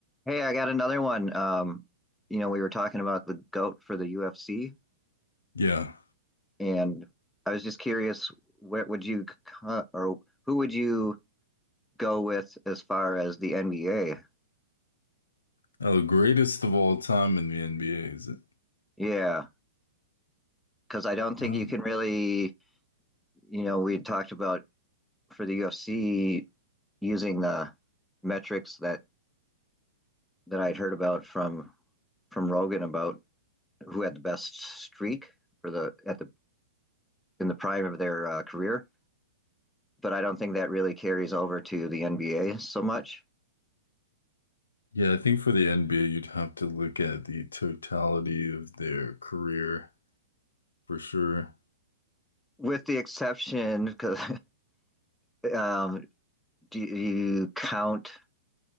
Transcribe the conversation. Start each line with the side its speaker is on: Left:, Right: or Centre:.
Centre: Hey, I got another one. Um, you know, we were talking about the GOAT for the UFC,
Left: Yeah.
Centre: and I was just curious, what would you c- c- or who would you go with as far as the NBA?
Left: Oh, the greatest of all time in the NBA is it?
Centre: Yeah, because I don't think
Left: Um,
Centre: you can really, you know, we had talked about for the UFC using the metrics that that I'd heard about from from Rogan about who had the best streak for the at the in the prime of their uh, career. but I don't think that really carries over to the NBA so much.
Left: yeah, I think for the NBA, you'd have to look at the totality of their career for sure.
Centre: With the exception, because <laughs> um, do you count